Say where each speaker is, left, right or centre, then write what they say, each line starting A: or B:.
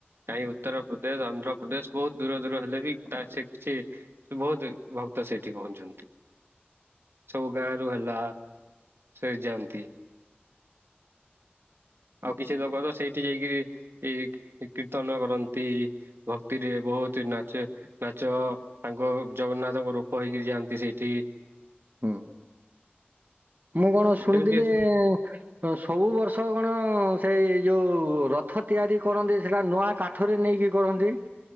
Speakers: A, on the right (about 75°); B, on the right (about 50°).
A: କାହିଁ ଉତ୍ତର <unintelligible> ଆନ୍ଧ୍ରପ୍ରଦେଶ ବହୁତ ଦୂର ଦୂର ହେଲେ ବି ତା-ସେ କିଛି ସେ ବହୁତ ଭକ୍ତ ସେଇଠି ପହଞ୍ଚନ୍ତି। ସବୁ ଗାଁ ରୁ ହେଲା ସେ ଯାଆନ୍ତି। ଆଉ କିଛି ଲୋକ ତ ସେଇଠି ଯାଇକିରି ଏ କୀର୍ତ୍ତନ କରନ୍ତି। ଭକ୍ତି ରେ ବହୁତୁ ନାଚେ। ନାଚ ତାଙ୍କ ଜଗନ୍ନାଥଙ୍କ ରୂପ ହେଇକିରି ଯାଆନ୍ତି ସେଇଠି।
B: ହୁଁ ମୁଁ କଣ ଶୁଣିଥିଲି
A: ସେମିତି ସ-
B: ଉଁ ସବୁ ବର୍ଷ କଣ ସେଇ ଯୋଉ ରଥ ତିଆରି କରନ୍ତି ସେଟା ନୂଆ କା ଠରେ ନେଇକି କରନ୍ତି।